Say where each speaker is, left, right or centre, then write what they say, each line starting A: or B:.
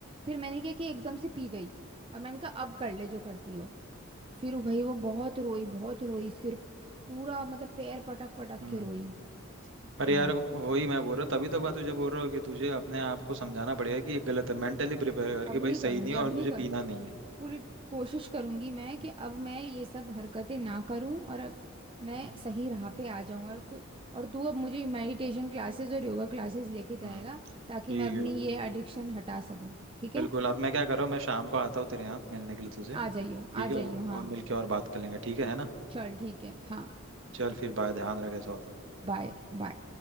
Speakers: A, on the right; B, on the right.
A: फिर मैंने क्या कि एकदम से पी गई और मैंने कहा अब कर ले जो करती हो फिर वो भाई वो बहुत रोई बहुत रोई सिर पूरा मतलब पैर पटक पटक
B: हम्म
A: के रोई
B: पर
A: हाँ
B: यार वही मैं बोल रहा हूँ तभी तो मैं तुझे बोल रहा हूँ कि तुझे अपने आप को समझाना पड़ेगा कि ये गलत है मेंटली प्रिपेयर कर
A: अब
B: कि
A: नहीं
B: भाई
A: करूंगी
B: सही नहीं है और
A: अब
B: तुझे
A: नहीं कर
B: पीना नहीं है
A: पूरी कोशिश करूंगी मैं
B: हम्म
A: कि अब मैं ये सब हरकतें ना करूं और अब मैं
B: हम्म
A: सही राह पे आ जाऊं और
B: हम्म,
A: कु- और तू अब मुझे मेडिटेशन क्लासेस और योगा क्लासेस लेके
B: हम्म,
A: जाएगा ताकि
B: ठीक
A: मैं अपनी
B: है
A: ये एडिक्शन हटा सकूं ठीक
B: बिल्कुल
A: है
B: अब मैं क्या कर रहा हूँ मैं शाम को आता हूँ तेरे यहाँ मिलने के लिए तुझे
A: आ जाइयो
B: ठीक
A: आ
B: है
A: जाइयो
B: और
A: हाँ
B: मिलके और बात कर लेंगे ठीक है है ना
A: चल ठीक है हाँ
B: चल फिर बाय ध्यान रख ऐसा हो तो
A: Bye bye